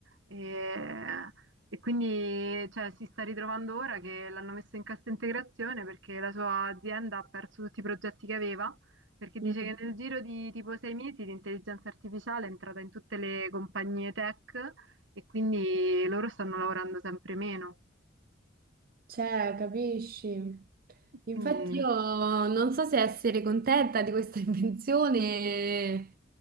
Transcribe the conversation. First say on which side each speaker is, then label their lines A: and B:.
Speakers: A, on the right; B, on the right.
A: e, e quindi cioè, si sta ritrovando ora che l'hanno messo in cassa integrazione perché la sua azienda ha perso tutti i progetti che aveva. Perché dice
B: Mm.
A: che nel giro di tipo sei mesi l'intelligenza artificiale è entrata in tutte le compagnie tech e quindi loro stanno lavorando sempre meno.
B: Cioè, capisci? Infatti
A: Quindi,
B: io non so se essere contenta di questa <laughs> invenzione.